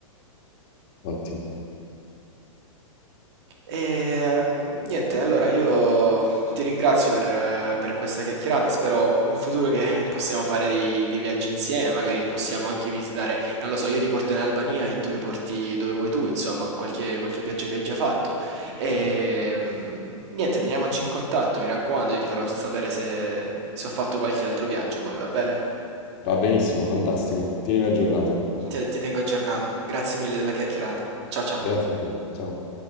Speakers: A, on the left; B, on the right.
A: Ottimo,
B: E, Ehm, niente, allora io ti ringrazio per, eh, per questa chiacchierata. Spero in futuro che <laughs> possiamo fare dei, dei viaggi insieme. Magari possiamo anche visitare, non lo so, io ti porto in Albania e tu mi porti dove vuoi tu, insomma, qualche, qualche viaggio che hai già fatto. E ehm, niente, teniamoci in contatto, mi raccomando, io ti farò sapere se, se ho fatto qualche altro viaggio poi, va bene?
A: va benissimo, fantastico. Tienimi aggiornato.
B: ti ti tengo aggiornato. Grazie mille della chiacchierata. Ciao ciao.
A: Grazie a te. Ciao.